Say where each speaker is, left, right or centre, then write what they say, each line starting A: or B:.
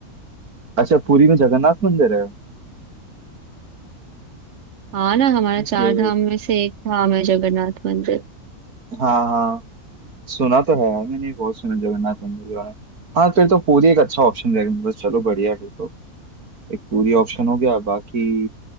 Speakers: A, on the right; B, on the right.
A: अच्छा पुरी में जगन्नाथ मंदिर है
B: हाँ ना हमारा
A: ओके
B: चार धाम में से एक धाम है जगन्नाथ मंदिर
A: हाँ हाँ सुना तो है यार मैंने बहुत सुना जगन्नाथ मंदिर के बारे में हाँ फिर तो पूरी एक अच्छा ऑप्शन रहेगा मतलब चलो बढ़िया है, फिर तो एक पूरी ऑप्शन हो गया बाकी